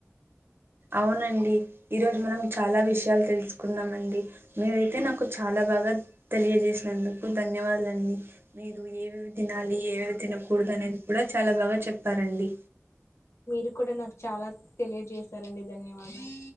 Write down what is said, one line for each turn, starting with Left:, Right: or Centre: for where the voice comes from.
Right: అవునండి ఈరోజు మనం చాలా విషయాల్ తెలుసుకున్నాం అండి మీరైతే నాకు చాలా బాగా తెలియజేసినందుకు ధన్ న్యవాదలు అండి మీరు ఏవేవి తినాలి ఏవేవి తినకూడదు అనేది కూడా చాలా బాగా చెప్పారండి
Left: మీరు కూడా నాకు చాలా తెలియజేశారండి ధన్యవాదాల్